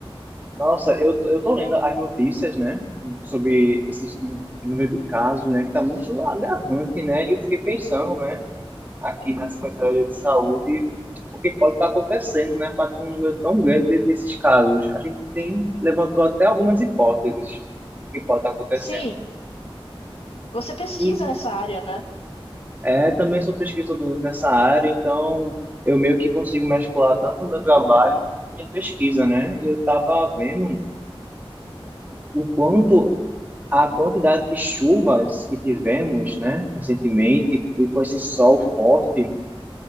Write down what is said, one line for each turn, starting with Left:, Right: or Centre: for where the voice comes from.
Right: Nossa, eu, tô- eu tô lendo as notícias, né, sobre esse número de casos, né, que tá muito agravante, né, e eu fiquei pensando, né, aqui na Secretaria de Saúde, o que pode estar acontecendo, né, para ter um número tão grande de- desses casos. A gente tem, levantou até algumas hipóteses que pode estar acontecendo.
Left: Sim, Você pesquisa
Right: E
Left: nessa área, né?
Right: É, também sou pesquisador nessa área, então eu meio que consigo mesclar tanto o meu trabalho quanto minha pesquisa, né? E eu estava vendo o quanto a quantidade de chuvas que tivemos, né, recentemente, e com esse sol forte,